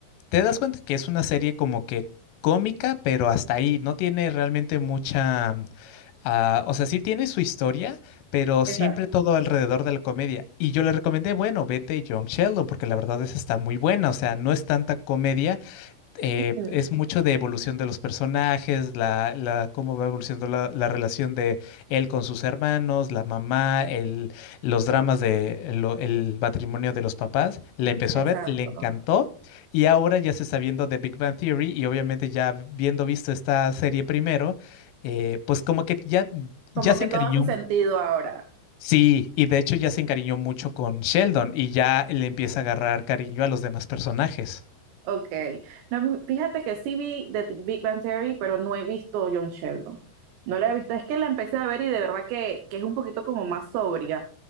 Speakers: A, on the left; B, on the right.
A: te das cuenta que es una serie como que cómica, pero hasta ahí, no tiene realmente mucha. Ah, o sea, sí tiene su historia, pero
B: Exacto.
A: siempre todo alrededor de la comedia. Y yo le recomendé, bueno, vete John Sheldon, porque la verdad es que está muy buena. O sea, no es tanta comedia, eh,
B: Ujú,
A: es mucho de evolución de los personajes, la, la- cómo va evolucionando la, la relación de él con sus hermanos, la mamá, el, los dramas de lo- el matrimonio de los papás. Le empezó
B: Exacto.
A: a ver, le encantó y ahora ya se está viendo The Big Bang Theory y obviamente ya viendo visto esta serie primero, eh, pues como que ya,
B: Como
A: ya se
B: que
A: encariñó.
B: todo hace sentido ahora.
A: Sí, y de hecho ya se encariñó mucho con Sheldon y ya le empieza a agarrar cariño a los demás personajes,
B: Ok. No, fíjate que sí vi The Big Bang Theory, pero no he visto John Sheldon. No la he visto. Es que la empecé a ver y de verdad que, que es un poquito como más sobria.